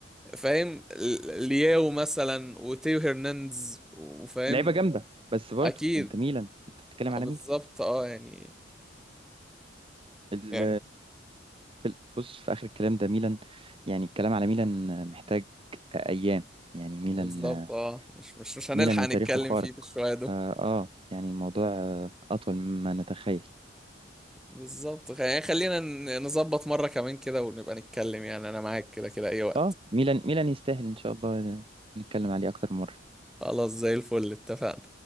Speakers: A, in the centre; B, on the right.
A: فاهم ل- لياو مثلا وتيو هرنانديز وفاهم
B: لعيبة جامدة بس برضو
A: اكيد
B: انت ميلان انت بتتكلم
A: آه،
B: على
A: بالظبط اه يعني
B: ميل
A: يعني
B: في ال- بص في آخر الكلام ده ميلان يعني الكلام على ميلان آه، محتاج آه، أيام يعني ميلان
A: بالظبط
B: آه،
A: اه مش مش مش هنلحق
B: ميلان وتاريخه
A: نتكلم
B: خارق
A: فيه في الشويه دول
B: فا آه يعني الموضوع آه، أطول مما نتخيل
A: بالظبط خ- يعني خلينا ن- نظبط مره كمان كده ونبقى نتكلم يعني انا معاك كده كده اي وقت
B: آه ميلان ميلان يستاهل إن شاء الله آه، نتكلم عليه أكتر من مرة
A: خلاص زي الفل اتفقنا